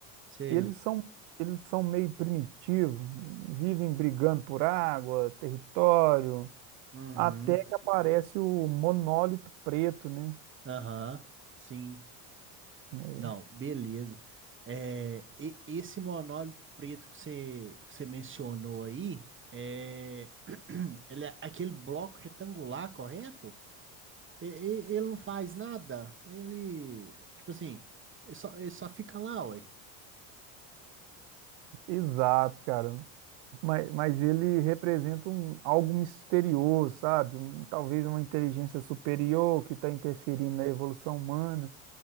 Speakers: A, on the right; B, on the right.
A: Sei.
B: E eles são, eles são meio primitivos, vivem brigando por água, território,
A: Uhum.
B: até que aparece o monólito preto, né?
A: Aham. Sim.
B: É,
A: Não, beleza. É, e- esse monólito preto que você, que você mencionou aí, é, <clears throat> ele é aquele bloco retangular, correto? E- e- ele não faz nada. Ele, tipo assim, ele só, ele só fica lá, ué.
B: Exato, cara. Mas, mas ele representa um, algo misterioso, sabe? Um- talvez uma inteligência superior que está interferindo na evolução humana.